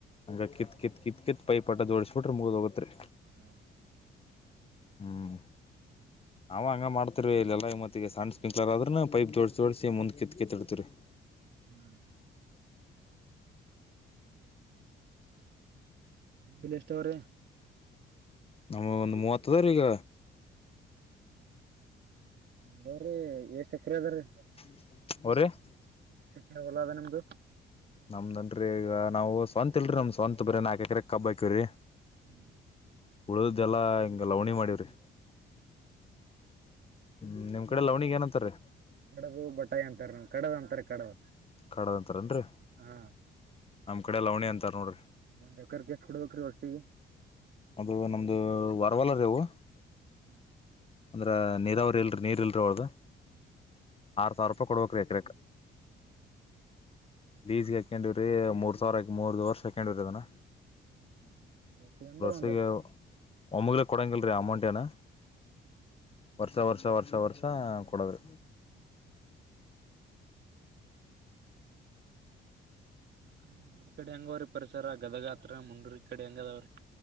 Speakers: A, on the left; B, on the right.
A: ಹಂಗ ಕಿತ್ ಕಿತ್ ಕಿತ್ ಕಿತ್ ಪೈಪ್ ಅಟ್ ಜೋಡಸ್ ಬಿಟ್ರೆ ಮುಗಿದ್ ಹೋಗತ್ರಿ
B: ಹಾ
A: ಹ್ಮ್ ನಾವು ಹಂಗ ಮಾಡ್ತಿರ್ವಿ ಇಲ್ಲೆಲ್ಲ ಮತ್ತ ಈ ಸಣ್ಣ ಸ್ಪಿಂಕ್ಲರ್ ಆದ್ರ ಪೈಪ್ ಜೋಡಸಿಡಸಿ ಮುಂದ್ ಪೈಪ್ ಕಿತ್ ಕಿತ್ತಿಡ್ತೀವರಿ
B: ಹ್ಮ್ ಬಿಲ್ ಎಷ್ಟ ಅವ್ರ
A: ನಮಗ ಒಂದ ಮೂವತ್ತ ತಗೋರೀಗ
B: ಹೇಳವ್ರಿ ಏಸ ಎಕರೆ ಅದರಿ
A: <unintelligible>
B: ಅಣ್ಣ ಹೊಲ ಅದ ನಿಮ್ದು.
A: ನಮ್ದನ್ರರಿ ಈಗ ನಾವು ಸ್ವಂತ ಇಲ್ರರಿ ನಮ್ದ ಸ್ವಂತ ಬರೆ ನಾಕ ಎಕ್ರರೆ ಕಬ್ಬ ಹಾಕ್ಯಿವರಿ.
B: ಊ
A: ಉಳಿದಿದ್ದೆಲ್ಲಾ ಹಿಂಗ ಲವಣಿ ಮಾಡಿವ್ರಿ. <inaudible> ಹ್ಮ್
B: ನಮ್ಮ ಕಡೆ
A: ನಿಮ್ ಲವಣಿಗ್ ಏನಂತಾರೀ
B: ಕಡದು ಬಟಾಯಿ ಅಂತಾರ ನಂ ಕಡದು ಅಂತಾರೆ ಕಡದ.
A: ಕಡದಂತರನ್ರಿ.
B: ಹಾ
A: ನಮ್ ಕಡೆ ಲವಣಿ ಅಂತಾರ ನೋಡ್ರಿ.
B: <unintelligible>
A: ಅದು ನಮ್ದು ವಾ ಪರವಲ್ಲ ರೀವು
B: ಹ್ಮ್
A: ಅಂದ್ರ ನೀರಾವರಿ ಇಲ್ರಿ ನೀರ್ ಇಲ್ರಿ ಅವಾಗ
B: ಹ್ಮ್
A: ಆರ್ ಸಾವಿರ ರೂಪಾಯಿ ಕೊಡ್ಬೇಕಕ್ ರೀ ಎಕ್ರಕ್
B: ಹ್ಮ್
A: ಬೀಸಗೆ ಹಾಕೊಂಡಿವ್ರರಿ ಮೂರ್ ಸಾವಿರಾಕ ಮೂರ್ ವರ್ಷ ಹಾಕೊಂಡವ್ರರಿ ಅದನ
B: <unintelligible>
A: <unintelligible> ಒಮ್ಮಗಲಿ ಕೊಡಂಗಿಲ್ಲ ರೀ ಅಮೌಂಟ್ ಏನ ವರ್ಷ ವರ್ಷ ವರ್ಷ ವರ್ಷ ಹಾ ಕೊಡದು
B: <inaudible> ಇ ಕಡೆ ಹೆಂಗವ್ರಿ ಪರಿಸರ ಗದಗಾತ್ರ ಮುಂದ್ರ ಇ ಕಡೆ ಹೆಂಗದಾವ್ರಿ